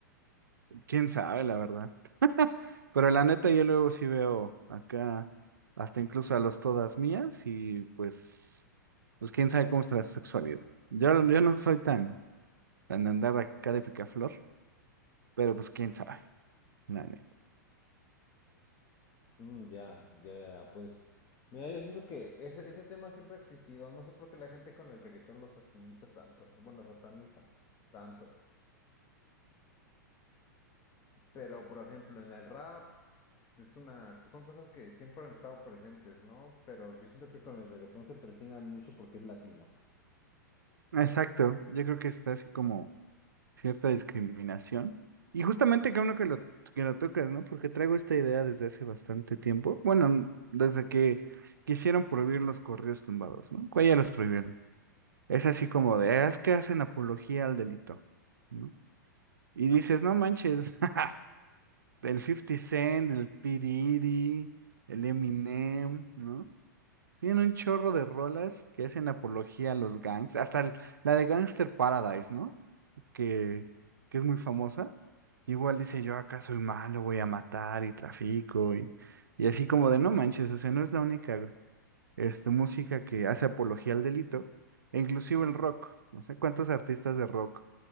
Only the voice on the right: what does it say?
Quién sabe, la verdad. Pero la neta, yo luego sí veo acá hasta incluso a los todas mías y pues, pues quién sabe cómo está la sexualidad. Yo, yo no soy tan, tan de andar acá de picaflor, pero pues quién sabe, la neta.
Exacto, yo creo que está así como cierta discriminación. Y justamente que uno que lo, que lo tocas, ¿no? Porque traigo esta idea desde hace bastante tiempo. Bueno, n- desde que quisieron prohibir los correos tumbados, ¿no? Que ya los prohibieron. Es así como de, "Ah, es que hacen apología al delito, ¿no? Y dices, no manches, <laughs> el Fifty Cent, el P. Diddy, el Eminem, ¿no? Tienen un chorro de rolas que hacen apología a los gangs, hasta el- la de Gangster Paradise, ¿no? Que, que es muy famosa Igual dice yo acá soy malo, voy a matar y trafico y, y así como de no manches, o sea, no es la única este, música que hace apología al delito, e inclusive el rock, no sé cuántos artistas de rock